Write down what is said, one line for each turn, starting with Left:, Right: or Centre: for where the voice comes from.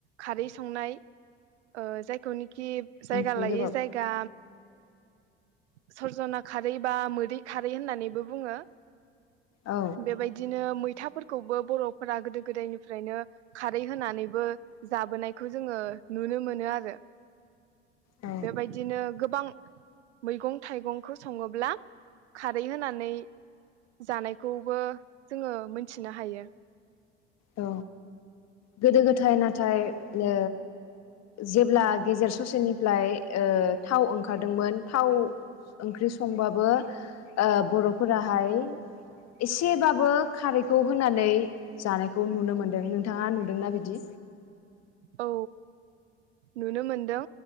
Right: खारै संनाय ओ जायखौनि कि जायगा
Left: ओंख्रि
Right: लायै
Left: गोबाब
Right: जायगा सरजना खारै बा मोदै खारै होननानैबो बुङो।
Left: औ
Right: बेबायदिनो मै फिथाफोरखौबो बर'फोरा गोदो गोदायनिफ्रायनो खारै होनानैबो जाबोनायखौ जोङो नुनो मोनो आरो
Left: औ
Right: बेबायदिनो गोबां मैगं थाइगंखौ सङोब्ला खारै होनानै जानायखौबो जोङो मोनथिनो हायो।
Left: औ गोदो गोथाय नाथाय ओ जेब्ला गेजेर ससेनिफ्लाय ओ थाव ओंखारदोंमोन थाव ओंख्रि संबाबो ओ बर'फोराहाय एसेबाबो खारैखौ होनानै जानाय खौ नुनो मोन्दों नोंथाङा नुदोंना बिदि?
Right: औ नुनो मोनदों